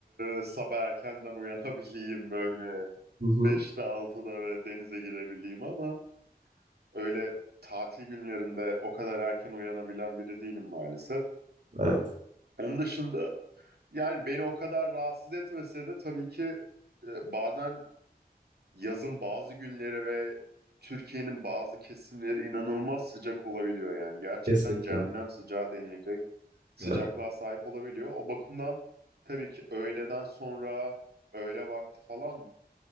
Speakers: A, on the right (about 75°); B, on the right (about 50°).
A: e, sabah erkenden uyanabileyim böyle
B: Hı
A: beşte
B: hı.
A: altıda ve denize girebileyim ama Öyle tatil günlerinde o kadar erken uyanabilen biri değilim maalesef.
B: Evet.
A: Onun dışında yani beni o kadar rahatsız etmese de tabii ki e, bazen yazın bazı günleri ve Türkiye'nin bazı kesimleri inanılmaz sıcak olabiliyor yani. Gerçekten
B: Kesinlikle.
A: cehennem sıcağı denilecek sıcaklığa
B: Evet.
A: sahip olabiliyor. O bakımdan tabii ki öğleden sonra öğle vakti falan